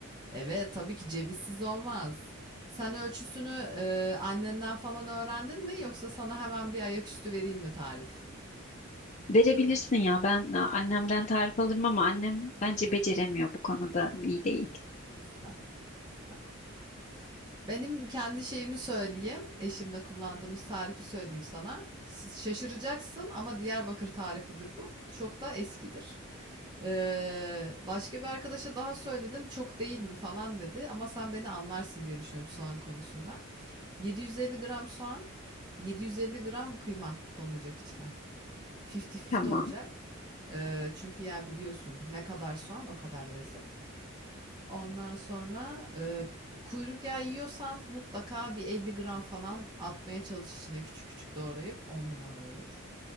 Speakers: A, on the right (about 20°); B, on the left (about 35°).
A: Evet, tabii ki cevizsiz olmaz. Sen ölçüsünü, eee, annenden falan öğrendin mi yoksa sana hemen bir ayaküstü vereyim mi tarif?
B: Verebilirsin ya. Ben a, annemden tarif alırım ama annem bence beceremiyor bu konuda. iyi
A: Estağ-
B: değil.
A: Estağfurullah, estağfurullah. Benim kendi şeyimi söyleyeyim. Eşimle kullandığımız tarifi söyleyeyim sana. S- Şaşıracaksın ama Diyarbakır tarifidir bu. Çok da eskidir. Ee, başka bir arkadaşa daha söyledim. Çok değil mi falan dedi. Ama sen beni anlarsın diye düşünüyorum soğan konusunda. 750 gram soğan, 750 gram kıyma konulacak içine. 50-50
B: Tamam.
A: olacak. Ee, çünkü ya biliyorsun ne kadar soğan o kadar lezzet. Ondan sonra e, kuyruk yağı yiyorsan mutlaka bir 50 gram falan atmaya çalış içine küçük küçük doğrayıp 10 numara olur.